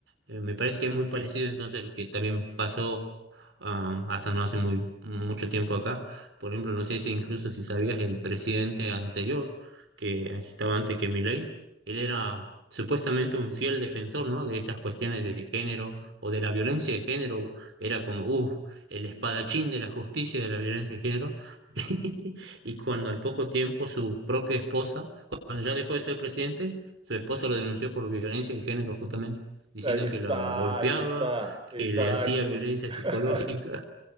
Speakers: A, on the right; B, on the right.
A: eh, me parece que es muy parecido entonces lo que también pasó ah, hasta no hace muy mucho tiempo acá. Por ejemplo, no sé si incluso si sabías el presidente anterior, que estaba antes que Milei, él era supuestamente un fiel defensor, ¿no? de estas cuestiones de género o de la violencia de género, era como, uh, el espadachín de la justicia y de la violencia de género. <laughs> Y cuando al poco tiempo su propia esposa, cuando ya dejó de ser presidente, su esposo lo denunció por violencia de género, justamente, diciendo
B: Ahí está,
A: que la golpeaba,
B: ahí está, exacto.
A: que le hacía violencia
B: <laughs>
A: psicológica.